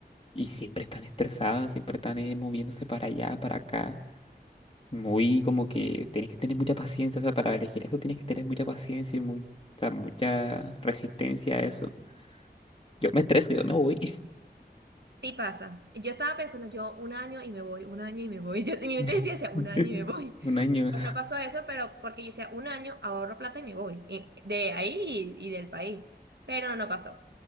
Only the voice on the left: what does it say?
y siempre están estresadas, siempre están eh, moviéndose para allá, para acá. Muy como que tienes que tener mucha paciencia, o sea, para elegir eso tienes que tener mucha paciencia y muy, o sea, mucha resistencia a eso. Yo me estreso, yo me voy.
<laughs>
<laughs>
Un año.